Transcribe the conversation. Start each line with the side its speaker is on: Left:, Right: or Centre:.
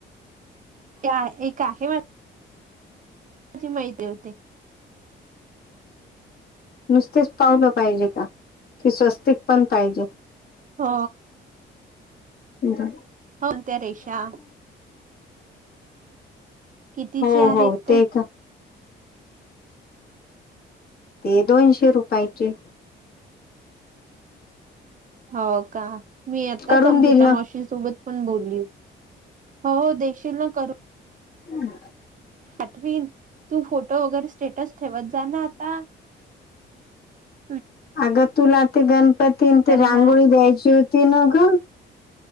Right: त्या एक आहे म माहिती होते
Left: नुसतेच पावलं पाहिजे का ते स्वस्तिक पण पाहिजे
Right: हा
Left: ह
Right: होौ त्या्या रेशा कितीचे
Left: हो
Right: आहेत
Left: हो ते का ते दोनशे रुपयाचे
Right: हो का मी आताच
Left: करून
Right: अमृता
Left: देईल ना
Right: माशी सोबत पण बोलली हो देशील ना करू
Left: हम्
Right: पाठवीन तू फोटो वगैरे स्टेटस ठेवत जा ना आता <unintelligible>
Left: अगं तुला ते गणपती
Right: सारे
Left: ते रांगोळी
Right: जण
Left: द्यायची होती न ग